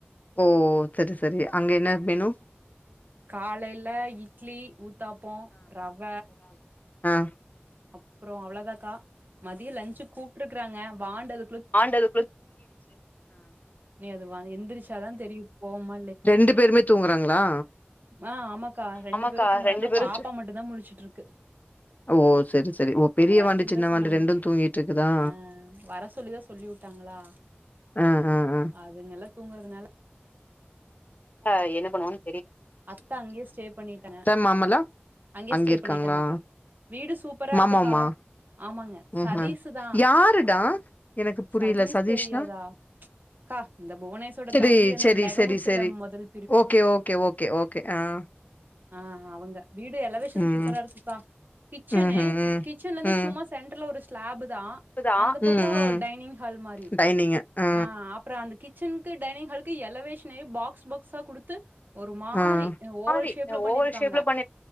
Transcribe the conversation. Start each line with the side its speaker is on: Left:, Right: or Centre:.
Left: ஓ சரி சரி அங்க என்ன மெனு
Right: காலைல இட்லி ஊத் த்தாப்போ ரவ
Left: ஆஹ்
Right: அப்றோ அவ்ளதாக்கா மதிய லன்ச்சுக் கூப்ட்ருக்றாங்க வாண்டது
Left: ஆஹ்
Right: நீ அது வா எந்திரிச்சாதா தெரியு போவோமா
Left: ரெண்டு பேருமே தூங்குறாங்களா
Right: ஆஹ் ஆமாக்கா ரெண்டு
Left: ஆமாக்கா
Right: பேரு தூங்குறாங்க
Left: ரெண்டு பேரு
Right: பாப்பா மட்டுந்தா முளிச்சுட்டு இருக்கு
Left: ஓ சரி சரி ஓ
Right: அவுங்க
Left: பெரிய
Right: வர
Left: வாண்டு
Right: சொல்லிதா
Left: சின்ன வாண்டு
Right: சொன்னாங்க
Left: ரெண்டு தூங்கிட்டு இருக்குதா
Right: ஆஹ் வர சொல்லிதா சொல்லிவுட்டாங்களா
Left: ஆ ஆ ஆ
Right: அதுனால தூங்குறதுனால
Left: ஆஹ் என்ன பண்ணுவாங்
Right: அத்த அங்கே ஸ்டே பண்ணிட்டாங்க
Left: மாமல்லா
Right: அங்கே
Left: அங்க
Right: ஸ்டே
Left: இருக்காங்களா
Right: பண்ணிட்டாங்கக்கா வீடு சூப்பரா
Left: மாமாவுமா
Right: இருக்குக்கா ஆமாங்க
Left: ம்
Right: சதீஸு
Left: ஹு
Right: தா
Left: யாருடா எனக்கு புரியல
Right: சதீஸ்
Left: சதீஷ்னா
Right: தெரியாதா ச்சு க்கா இந்த புவனேசோட
Left: சரி
Right: தம்பி அந்த
Left: சரி
Right: நெகமுத்துல
Left: சரி சரி
Right: மொதல்
Left: ஓகே ஓகே ஓகே ஓகே ஆஹ்
Right: ஆஹ் அவுங்க வீடு எலவேஷன்
Left: ம்.
Right: சூப்பரா இருக்குக்கா கிச்சனு
Left: ம்ஹ்ம். ம்.
Right: கிச்சன்லருந்து
Left: ம்.
Right: சும்மா சென்ட்ரு ன்ல ஒரு ஸ்லாபு தா
Left: க்குதா?
Right: அந்த பக்கோ
Left: ம், ம்.
Right: டைனிங் ஹால் மாறி
Left: டைனிங்கு. ஆ,
Right: ஆஹ் அப்ற அந்த கிச்சன் க்கு டைனிங் ஹால்க்கு எலவேஷ்னே பாக்ஸ் பாக்ஸ்சா குடுத்து ஒரு மாரி
Left: ஆஹ்
Right: ஓவல்
Left: ஆஹ்
Right: ஷேப்ல
Left: ஆஹ்
Right: பண்ணியிருக்காங்க.